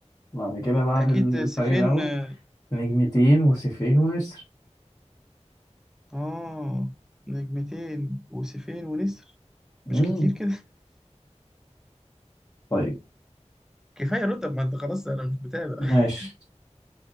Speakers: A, on the left; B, in the centre.
A: بعد كده بعد
B: اكيد
A: الفريق
B: سيفين
A: الأول
B: اه
A: نجمتين وسيفين ونسر
B: آه، نجمتين وسيفين ونسر
A: مم.
B: مش كتير كده <laughs>
A: طيب
B: كفاية رتب ما انت خلاص انا مش متابع
A: ماشي
B: <laughs>